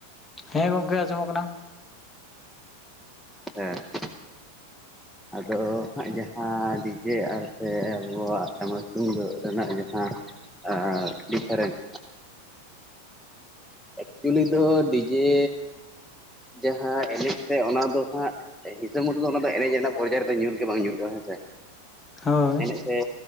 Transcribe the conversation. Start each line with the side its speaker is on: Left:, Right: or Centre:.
Left: ᱦᱮᱸ ᱜᱚᱝᱠᱮ ᱟᱸᱡᱚᱢᱚᱜ ᱠᱟᱱᱟ
Centre: ᱦᱮᱸ ᱟᱫᱚᱻ ᱦᱟᱸᱜ ᱡᱟᱦᱟᱸ ᱰᱤᱡᱮ ᱟᱨᱛᱮ ᱟᱵᱚᱣᱟᱜ ᱴᱟᱢᱟᱠ ᱛᱩᱢᱫᱟᱜ ᱨᱮᱱᱟᱜ ᱡᱟᱦᱟᱸ ᱟᱨ ᱰᱤᱯᱷᱨᱮᱱᱴ ᱮᱠᱪᱩᱞᱤ ᱫᱚ ᱰᱤᱡᱮᱻ ᱡᱟᱦᱟᱸ ᱮᱱᱮᱡ ᱛᱮ ᱚᱱᱟ ᱫᱚ ᱦᱟᱸᱜ ᱦᱤᱥᱟᱹᱵᱽ ᱢᱚᱛᱚ ᱫᱚ ᱚᱱᱟ ᱫᱚ ᱮᱱᱮᱡ ᱨᱮᱱᱟᱜ <unintelligible> ᱫᱚ ᱧᱩᱨ ᱜᱮ ᱵᱟᱝ ᱧᱩᱨᱩᱜ-ᱟ ᱦᱮᱸ ᱥᱮ
Left: ᱦᱚᱭ
Centre: ᱥᱮ